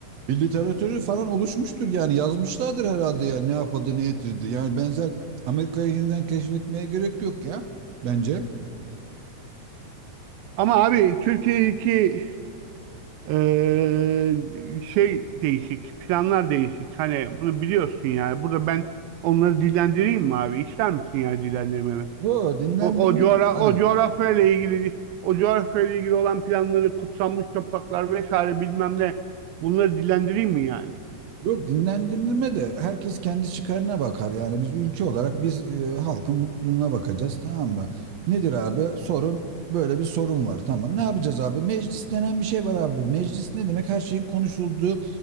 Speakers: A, on the right; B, on the right.
A: bir literatürü falan oluşmuştur yani yazmışlardır herhalde yani ne yapadı ne getirdi. Yani benzer Amerika'yı yeniden keşfetmeye gerek yok ya bence.
B: Ama abi Türkiye'deki e, şey değişik, planlar değişik. Hani bunu biliyorsun yani. Burada ben onları dillendireyim mi abi? İster misin yani dillendirmemi?
A: Yo dinlendirme
B: O, o, coğra
A: de hani
B: o coğrafyayla ilgili o coğrafyayla ilgili olan planları kutsanmış topraklar vesaire bilmem ne bunları dillendireyim mi yani?
A: Yok dinlendirme de herkes kendi çıkarına bakar. Yani biz ülke olarak biz e, halkın mutluluğuna bakacağız tamam mı? Nedir abi? Sorun böyle bir sorun var tamam. Ne yapacağız abi? Meclis denen bir şey var abi. Meclis ne demek? Her şeyin konuşulduğu